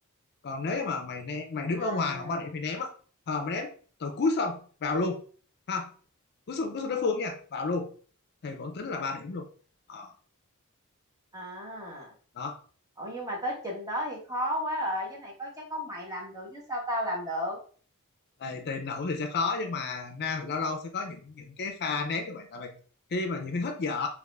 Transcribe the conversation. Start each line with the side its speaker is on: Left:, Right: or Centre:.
Left: còn nếu mà mày mày đứng
Right: À.
Left: ở ngoài hoặc ba điểm mày ném á ờ mày ném từ cuối sân vào luôn ha cuối sân cuối sân đối phương nha vào luôn thì vẫn tính là ba điểm luôn Ờ,
Right: À.
Left: đó
Right: Ủa nhưng mà tới trình đó thì khó quá rồi. Cái này có chắc có mày làm được chứ sao tao làm được.
Left: thì, thì nữ thì sẽ khó nhưng mà nam thì lâu lâu sẽ có những những cái pha ném như vậy tại vì khi mà nhiều khi hết giờ